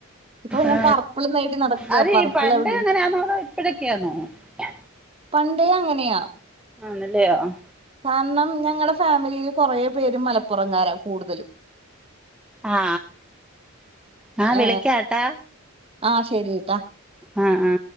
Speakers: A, on the right (about 25°); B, in the centre.
A: ഇപ്പൊ ഞാൻ
B: ആ
A: പർപ്പിൾ നേടി നടക്ക
B: അതീ
A: പർപ്പിൾ
B: പണ്ട്
A: എവിടെ
B: എങ്ങനെയാന്നോ അതൊ ഇപ്പഴക്കെയന്നോ ആ
A: പണ്ടേ അങ്ങനെയാ
B: ആണല്ലെ ആം
A: കാരണം ഞങ്ങടെ ഫാമിലിയില് കുറ പേര് മലപ്പുറം കാര കൂടുതലും
B: ആ ആ ആ
A: ഏ
B: വിളിക്കാട്ടാ
A: അ ശെരിട്ടാ
B: ആ ആ